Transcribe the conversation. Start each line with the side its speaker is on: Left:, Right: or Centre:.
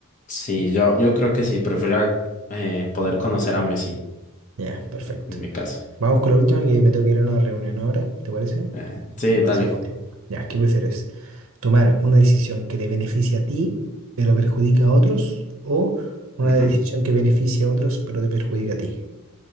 Left: sí, yo, yo creo que sí, preferiría eh, poder conocer a Messi,
Right: Ya, perfecto.
Left: en mi caso.
Right: Vamos con la última, que me tengo que ir a una reunión ahora, ¿te parece?
Left: Eh, sí,
Right: Te
Left: dale.
Right: voy a hacer la última. Ya, ¿qué prefieres? ¿Tomar una decisión que te beneficia a ti, pero perjudica a otros? ¿O una
Left: Ujú.
Right: decisión que beneficia a otros, pero te perjudica a ti?